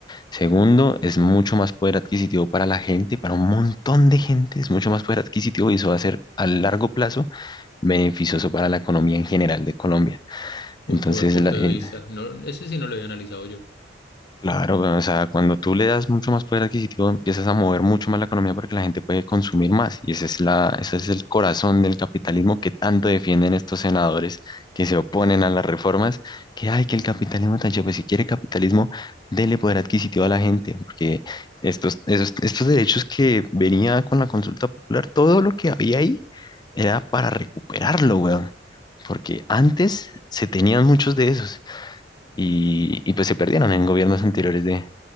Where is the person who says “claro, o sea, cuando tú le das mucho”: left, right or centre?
Left